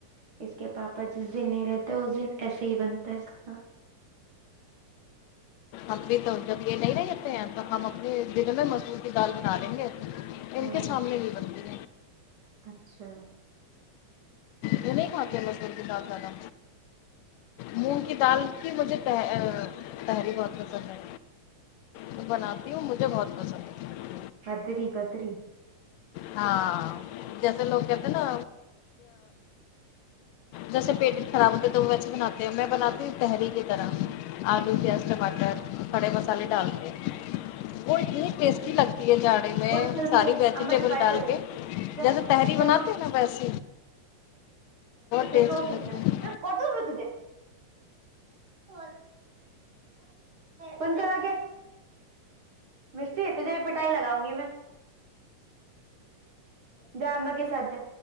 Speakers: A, on the right; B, on the left.
A: اس کے پاپا جس دن نہیں رہتا اس دن ایسے ہی بنتا ہے کھانا
B: اب بھی تو جب یے نہیں رہتے ہیں تو ہم اپنے دن میں مسور کی دال بنا دیں گے
A: ہوں
B: ان کے سامنے نہیں بنتی
A: اچھا
B: یے نہیں کھاتے مسور کی دال زیادہ مونگ کی دال کی مجھے تہے تہاری بہت پسند ہے تو بناتی ہوں مجھے بہت پسند ہے
A: پدری پتری
B: ہاں جیسے لوگ کہتے نا جیسے پیٹ خراب ہوتے ہے تو وہ ویسے بناتے ہیں میں بناتی ہوں تحری کی طرح آلو پیاز
A: اچھا
B: ٹماٹر کھڑے مسالے ڈلکے وہ اتنی ٹیسٹی لگتی ہے جا صحیح میں
A: اٹھ جلدی
B: ساری
A: جا
B: ویجیٹیبل
A: اما کے پاس
B: ڈال
A: چل
B: کے
A: تو جا
B: جیسے تحاری
A: چل
B: بناتے
A: اٹھ
B: ہیں نا ویسے
A: تو پھر
B: ٹیسٹی
A: سو کیوں
B: لگتی
A: نہیں رہا
B: ہے
A: میں کاٹو گی تجھے تو بند کر انکھیں مسٹی تجھے پٹائی لگاؤں گی میں جا اماں کے ساتھ